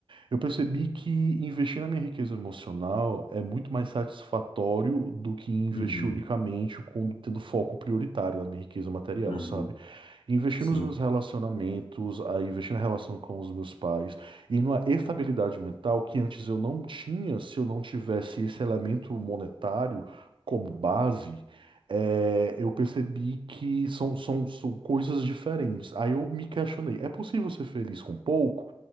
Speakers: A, on the right; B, on the left.
A: eu percebi que investir na minha riqueza emocional é muito mais satisfatório do que investir
B: Uhum,
A: unicamente com, tendo foco prioritário na minha riqueza material,
B: uhum,
A: sabe? Investir
B: sim.
A: nos meus relacionamentos, a investir na relação com os meus pais e numa estabilidade mental que antes eu não tinha se eu não tivesse esse elemento monetário como base. é, eu percebi que são, são, são coisas diferentes. Aí eu me questionei: é possível ser feliz com pouco?